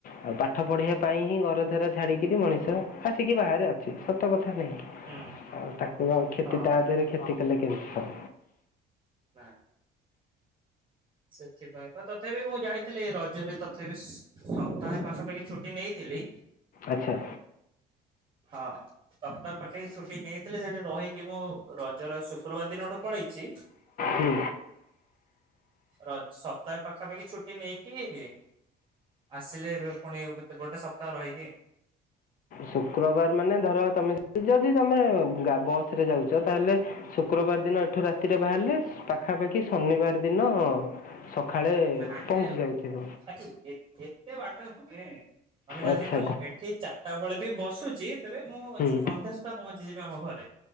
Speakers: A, on the left; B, on the right.
A: ଆଉ ପାଠ ପଢିବା ପାଇଁ ହିଁ ଗର ଛାଡିକିରି ମଣିଷ ଆସିକି ବାହାରେ ଅଛି ସତ କଥା।
B: ହୁଁ
A: ଆଉ ତାକୁ ଆଉ କ୍ଷତି
B: ହଁ
A: ତା ଦେହରେ କ୍ଷତି କଲେ କେମିତି ହବ।
B: ନା। ସେଥିପାଇଁ ତ ତ ତଥାପି ମୁଁ ଯାଇଥିଲି ରଜରେ ତଥାପି ସ୍- ସପ୍ତାହେ ପାଖାପାଖି ଛୁଟି ନେଇଥିଲି
A: ଆଚ୍ଛା।
B: ହଁ। ସପ୍ତାହ ପାଖେ ଛୁଟି ନେଇଥିଲେ ସେଠି ରହିକି ମୁଁ ରଜର ଶୁକ୍ରବାର ଦିନଠୁ ପଳେଇଛି।
A: ହୁଁ।
B: ରଜ ସପ୍ତାହେ ପାଖାପାଖି ଛୁଟି ନେଇକି ଆସିଲେ ଏବେ ପୁଣି ଗୋଟେ ସପ୍ତାହ ରହିବି।
A: ଶୁକ୍ରବାର ମାନେ ଧର ତମେ ଯଦି ତମେ ବସ ରେ ଯାଉଛ ତାହେଲେ ଶୁକ୍ରବାର ଦିନ ଏଠୁ ରାତିରେ ବାହାରିଲେ ପାଖାପାଖି ଶନିବାର ଦିନ ସକାଳେ
B: ନାଇଁ
A: ପହଞ୍ଚି ଯାଇଥିବ।
B: ଭାଇ ଏତେ ବାଟ ନୁହେଁ ମାନେ ଯଦି
A: ଆଚ୍ଛା
B: ମୁଁ ଏଠି ଚାରିଟା ବେଳେ ବି ବସୁଛି ତେବେ ମୁଁ ଅଚ୍ଛ
A: ହୁଁ
B: ସନ୍ଧ୍ୟା ସୁଦ୍ଧା ପହଞ୍ଚିଯିବି ଆମ ଘରେ।